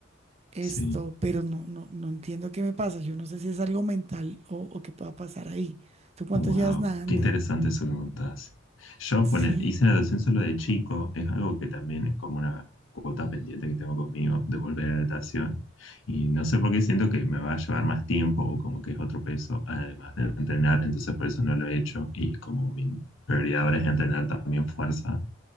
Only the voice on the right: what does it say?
Esto,
pero no, no, no entiendo qué me pasa. Yo no sé si es algo mental o, o qué pueda pasar ahí. ¿Tú cuánto
llevas nadando?
Sí.